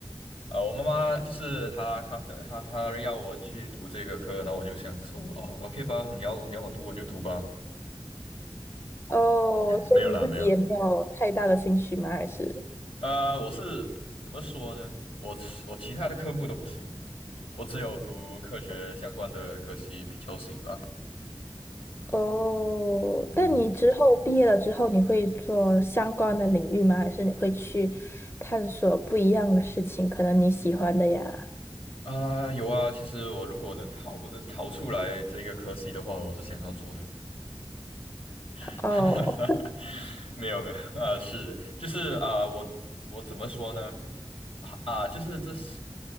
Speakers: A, on the left; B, on the left.
A: 呃，我妈妈就是她，她在她她要我去读这个课，然后我就想说，哦，OK 吧，你要你要我读我就读吧。
B: 哦，所以你自己也没有太大的兴趣吗？
A: 没有啦，没有啦。
B: 还是？
A: 呃，我是怎么说呢？我其我其他的科目都不行，我只有读科学相关的科系比较行吧。
B: 哦，
A: 嗯。
B: 但你之后毕业了之后，你会做相关的领域吗？还是你会去探索不一样的事情？可能你喜欢的呀。
A: 啊，有啊，其实我如果能逃的逃出来这个科系的话，我是想要做的。<laughs>
B: 哦，
A: 没有没有，啊，是就是啊，我我怎么说呢？啊，啊就是这是